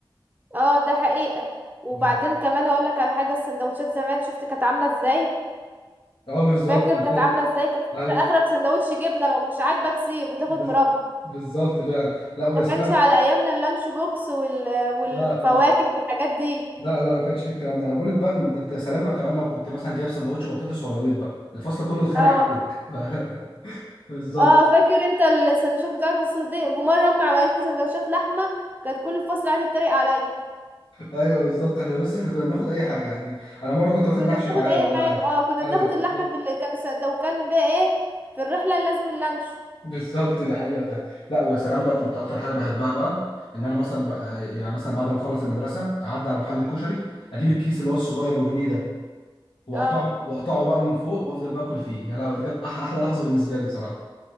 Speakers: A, on the right (about 20°); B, on the left (about 70°).
A: اه ده حقيقة وبعدين
B: بز-
A: كمان هقول لك على حاجة السندوتشات زمان شفت كانت عاملة ازاي
B: اه بالظبط
A: فاكر
B: انا
A: كانت
B: فاكر
A: عامله ازاي كانت
B: ايوه
A: فاكرة اخرك سندوتش جبنه لو مش عاجبك سيب وتاخد
B: بز-
A: مربى
B: بالظبط فعلا لا ويا
A: ده
B: سلام
A: كانش على ايامنا اللانش بوكس وال... والفواكه
B: لا لا
A: والحاجات دي
B: لا لا ما كانش فيه الكلام ده انا بقول لك بقى إن- ده انت يا سلام لو كمان لو كنت مثلا جايب سندوتش بطاطس ولا بيض بقى الفصل كله اتخانق
A: اه
B: عليك <laughs> بالظبط
A: اه فاكر انت السندوتشات بتاعت بس دي ومره امي عملت لي سندوتشات لحمه كانت كل الفصل قاعد يتريق عليا
B: ايوه بالظبط احنا بس احنا كنا بناخد اي حاجه يعني انا مره كنت واخد
A: كنا
B: محشي
A: بناخد
B: معايا
A: اي
B: والله
A: حاجه
B: عادي
A: اه كنا
B: ايوه
A: بناخد
B: بالظبط
A: اللحمه في اللي كانوا سد- لو كان بقى ايه في الرحله لازم اللانش
B: بالظبط ده حقيقه فعلا لا ويا سلام بقى كنت اكتر حاجه بحبها بقى ان انا مثلا بقى يعني مثلا بعد ما اخلص المدرسه اعدي على محل الكشري اجيب الكيس اللي هو الصغير ابو جنيه ده واقطعه
A: اه
B: واقطعه بقى من فوق وافضل بقى اكل فيه يا لهوي دي كانت أح- احلى لحظه بالنسبه لي بصراحه